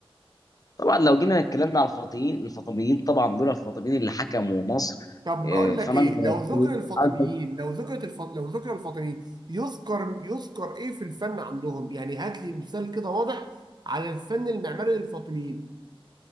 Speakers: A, on the left; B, on the right.
A: طبعا لو جينا اتكلمنا على الفاطميين الفاطميين طبعا دول الفاطميين اللي حكموا مصر
B: طب
A: آه،
B: اقول
A: فانا
B: لك ايه
A: اقدر
B: لو ذكر الفاطميين
A: أقول-
B: لو ذكرت الف... لو ذكر الفاطميين يذكر يذكر ايه في الفن عندهم يعني هات لي مثال كده واضح على الفن المعماري للفاطميين